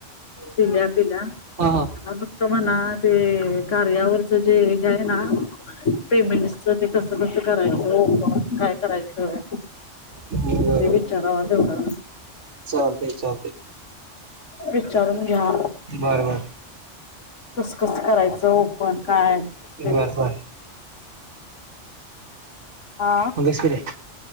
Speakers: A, on the left; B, on the right.
A: जिल्हात. तिला.
B: हा हा.
A: तर म्हणा ते कार्यावरच जे हे आहे ना पेमेंटच ते कसं कस करायचं ओपन काय करायचं
B: बरोबर
A: ते विचाराव तेवढं?
B: चालतेय चालतेय.
A: विचारून घ्या?
B: बर बर.
A: कस कस करायचं ओपन काय? ते
B: बर बर.
A: हा
B: म बइस किरे.